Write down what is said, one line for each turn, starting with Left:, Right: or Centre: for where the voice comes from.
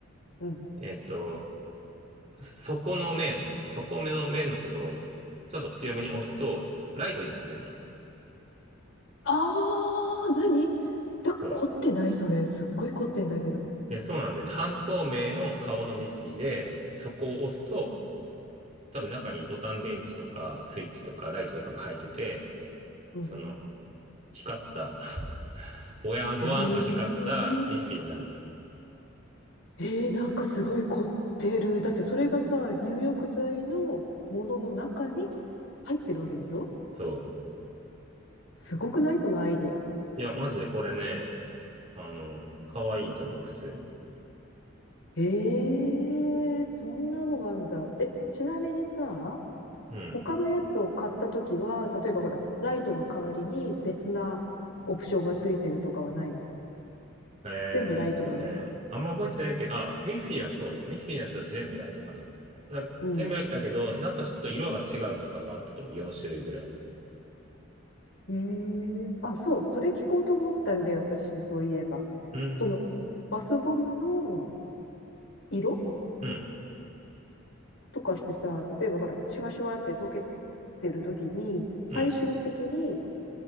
Left: うん。
Right: えっと、底の面、底目の面のところをちょっと強めに押すと、ライトになってんの。
Left: あー、何だ、
Right: そう。
Left: 凝ってないそれ。すっごい凝ってんだけど。
Right: で、そうなんでね、半透明の顔のミッフィーで、そこを押すと、多分中にボタン電池とか、スイッチとか、ライトとかが入ってて、
Left: うん。
Right: その、光った <laughs> ぼやん、
Left: へえ、
Right: ぼわんと光ったミッフィーになるの。
Left: えー、なんかすごい凝ってる。だってそれがさ、入浴剤のものの中に入ってるわけでしょ
Right: そ
Left: すごくないそのアイディア。
Right: う。いや、マジでこれね、あの、可愛いと思う、普通に。
Left: ええそんなのがあんだ。え、ちなみにさ、
Right: うん。
Left: 他のやつを買ったときは、例えばほら、ライトの代わりに別なオプションがついてるとかはないの
Right: えーっとね、
Left: 全部ライトなの
Right: あんま覚えてないけど、あ、ミッフィーはそうだよ。ミッフィーのやつは全部ライトかな。なんか全部ライトだけど、
Left: うん。
Right: なんかちょっと色が違うとかがあったと思う。4種類ぐらい。
Left: ええあ、そう、それ聞こうと思ったんだよ、私、そういえば。
Right: うーん、
Left: その、バスボムの色
Right: うん、
Left: とかってさ、例えばほら、シュワシュワって溶けてるときに、最終的に
Right: うん、